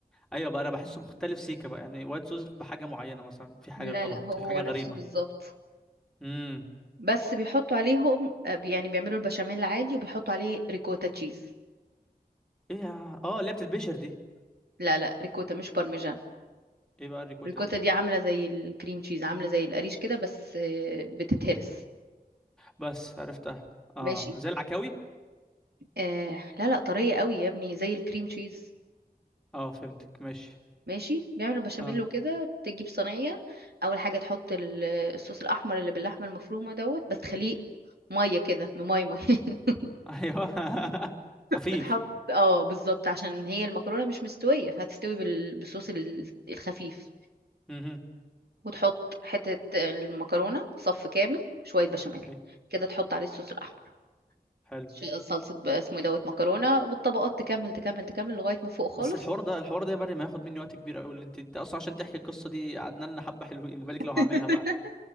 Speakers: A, in the centre; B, on the right (about 85°).
A: ايوه بقى انا بحسه مختلف سيكا بقى يعني وايت صوص بحاجه معينه مثلا في حاجه
B: لا
A: غلط
B: لا هو
A: في حاجه
B: نفسه
A: غريبه
B: بالظبط
A: امم
B: بس بيحطوا عليهم آه، بي- يعني بيعملوا البشاميل عادي وبيحطوا عليه ريكوتا تشيز
A: ايه يا- اه اللي هي بتتبشر دي
B: لا لا ريكوتا مش بارميجان
A: ايه بقى الريكوتا
B: الريكوتا
A: دي
B: دي عاملة زي الكريم تشيز عاملة زي القريش كده بس آه، بتتهرس
A: بس عرفتها اه
B: ماشي
A: زي العكاوي
B: آه لا لا طرية قوي يا ابني زي الكريم تشيز
A: اه فهمتك ماشي
B: ماشي بيعمل البشاميل
A: اه
B: وكده تجيب صينية أول حاجة تحط ال- الصوص الأحمر اللي باللحمة المفرومة دوت بس تخليه مية كده انه مية مية <laughs>
A: ايوه <laughs> خفيف
B: بتحط اه بالظبط عشان هي المكرونة مش مستوية فهتستوي بال- بالصوص ال- الخفيف
A: امم
B: وتحط حتة المكرونة صف كامل شوية بشاميل
A: ايوه
B: كده تحط عليه الصوص الأحمر
A: حلو
B: ش- صلصة بقى اسمه إيه دوت مكرونة والطبقات تكمل تكمل تكمل لغاية ما فوق
A: بس
B: خالص
A: الحوار ده الحوار ده يا مريم هياخد مني وقت كبير قوي اللي انت انت اصلا عشان تحكي القصه دي قعدنا لنا حبه حلوين ما بالك
B: <laughs>
A: لو هعملها بقى